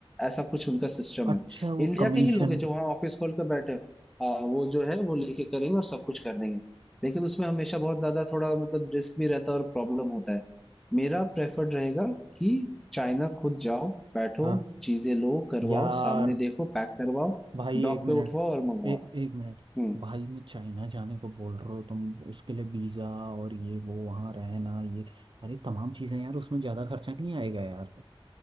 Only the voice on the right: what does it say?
अच्छा
वो
कमीशन
हाँ
यार
भाई एक
मिनट
ए, एक मिनट
भाई मैं चाइना जाने को बोल रहे हो तुम उसके लिए वीज़ा और ये वो वहाँ रहना ये अरे तमाम चीज़ें यार उसमें ज़्यादा खर्चा नहीं आएगा यार